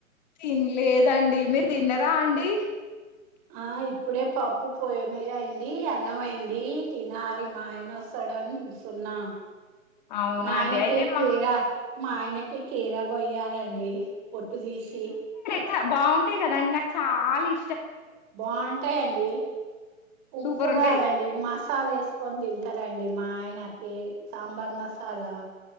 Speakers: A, on the left (about 30°); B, on the right (about 20°).
A: తిన్లేదండి మీరు తిన్నరా అండి
B: ఆ ఇప్పుడే పప్పు పొయ్యి మీద అయింది అన్నం అయింది తినాలి మా ఆయన వస్తాడని చూస్తున్నా
A: అవునా
B: మా ఆయనకి
A: అండి అయితే మా
B: కిరా మా ఆయనకి కిరా కోయలే డి పొట్టు తీసి
A: స్టం బాగుంటాయి కదా అండి నాకు చాలా ఇ
B: బాగుంటాయండి ఉప్పు
A: సూపర్ ఉంటాయి
B: కాదండి మసాలా వేస్ కొందుల్ టారండి మా ఆయనకి సాంబార్ మసాలా